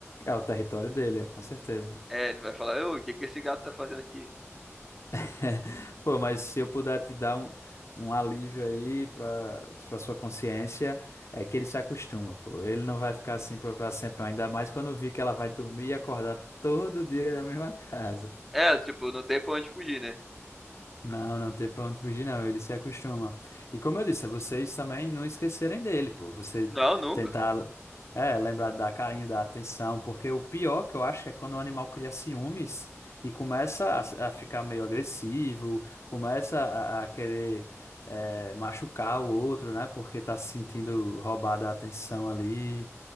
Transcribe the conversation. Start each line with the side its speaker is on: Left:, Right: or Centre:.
Left: É o território dele, é, com certeza.
Centre: É, ele vai falar, ô, o que que esse gato tá fazendo aqui?
Left: <laughs> Pô, mas se eu puder te dar um, um alívio aí pra, pra sua consciência, é que ele se acostuma, pô. Ele não vai ficar assim pra, pra sempre, não. Ainda mais quando eu vi que ela vai dormir e acordar todo dia na mesma casa.
Centre: É, tipo, não tem pra onde fugir, né?
Left: Não, não tem pra onde fugir, não. Ele se acostuma. E como eu disse, é vocês também não esquecerem dele, pô. Você
Centre: Não, nunca.
Left: tentar, é, lembrar de dar carinho, dar atenção, porque o pior que eu acho é quando o animal cria ciúmes e começa a, a ficar meio agressivo, começa a, a querer, é, machucar o outro, né? Porque tá se sentindo roubada a atenção ali.